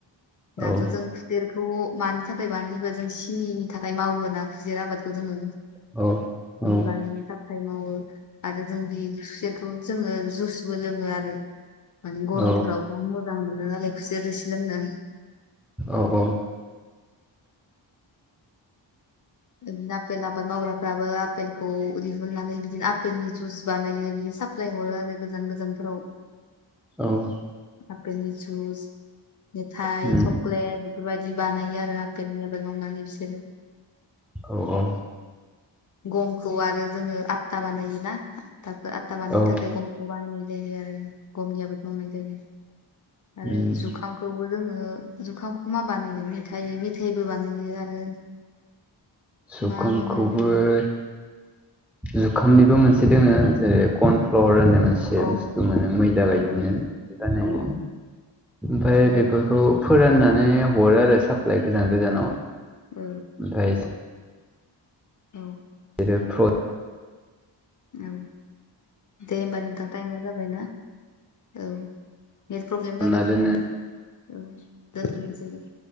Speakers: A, on the left; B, in the centre.
A: दाथ'
B: औ
A: जों खुसेरखौ मानि थाखाय बानायो होनबा जों सिनिनि थाखाय मावो ना खुसेर आबादखौ जोङो।
B: औ औ
A: नि बानायनो था खाइ मावो आरो जों बि खुसेरखौ जोङो जुसबो लोङो आरो। माने
B: औ
A: गरमफोरावथ' मोजां मोनो नालाय खुसेर रोसि लोंनो।
B: औ औ।
A: ओ आपेल आबाद मावग्राफ्राबो आपेलखौ दिहुननानै बिदिनो आपेलनि जुइस बानायो साप्लाय हरो आरो गोजान गोजानफोराव।
B: औ ‌।
A: आफेल नि जुस मिथाय
B: उम
A: चकलेट बेफोरबायदि बानायो आरो आफेलनि आबाद मावनानै बिसोरो ‌।
B: औ औ।
A: गमखौ आरो जोङो आता बानायोना आता आतता बानायनो
B: औ
A: थाखाय गमखौ बाहायनाय जायो आरो गमनि आबाद मावनाय जायो।
B: उम
A: आरो जुखामखौबो जोङो ओ जुखामखौ मा बानायो मिथाइ-मिथाइबो बानायो आरो
B: जुखामखौबोै
A: मा मा बानायो
B: जुखामनिबो मोनसे दोङो जेरै कर्न फ्लर होनो। मोनसे
A: अ औ
B: बुस्थु मोनो मैदा बायदिनो
A: औ
B: बिदिबानायो।
A: औ
B: ओमफ्राय
A: औ
B: बेफोरखौ फोराननानै हरो आरो साप्लाय गोजान गोजानाव।
A: औ।
B: ओमफ्राय
A: औ।
B: <unintelligible>
A: औ दे होमबा नोंथां टाइमबो जाबायना औ। नेट प्रब्लेम
B: खालामना
A: जादों
B: दोनो
A: खोनाया औ दोन्थ'नोसै दे।